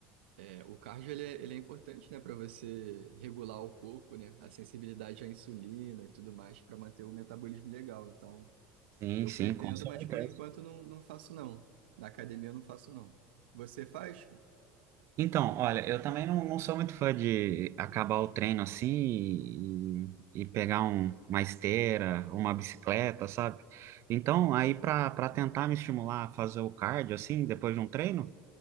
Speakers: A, on the right; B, on the right.
A: é, o cardio ele é, ele é importante, né, pra você regular o corpo, né? A sensibilidade à insulina e tudo mais, pra manter o metabolismo legal. Então.
B: Sim,
A: Eu
B: sim,
A: pretendo,
B: com certeza.
A: mas por enquanto não, não faço não. Na academia eu não faço não. Você faz?
B: Então, olha, eu também não, não sou muito fã de acabar o treino assim e, e pegar um- uma esteira, uma bicicleta, sabe? Então, aí para para tentar me estimular a fazer o cardio assim, depois de um treino,